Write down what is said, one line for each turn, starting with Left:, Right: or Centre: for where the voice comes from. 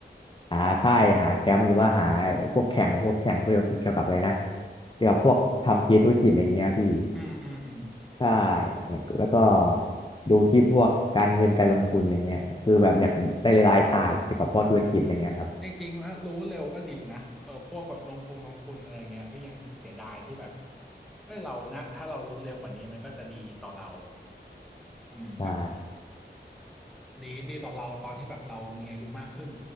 Left: หาค่ายหาแคมป์หรือว่าหาพวกแข่งพวกแข่งเพื่อเกี่ยวกับอะไรนะเกี่ยวกับพวกทำเกมธุรกิจอะไรเงี้ยพี่
Centre: อืมอืมอืม
Left: ใช่แล้วแล้วก็ดูคลิปพวกการเงินการลงทุนอะไรเงี้ยคือแบบอยากได้รายๆศาสตร์เกี่ยวกับพวกธุรกิจอะไรเงี้ยครับ
Centre: จริงๆถ้ารู้เร็วก็ดีนะเออพวกแบบลงทุนลงทุนอะไรอย่างเงี้ยพี่ยังเสียดายที่แบบเฮ้ยเรานะถ้าเรารู้เร็วกว่านี้มันก็จะดีต่อเราอืมแบบ
Left: ใช่
Centre: ดีดีต่อเราตอนที่แบบเรามีอายุมากขึ้น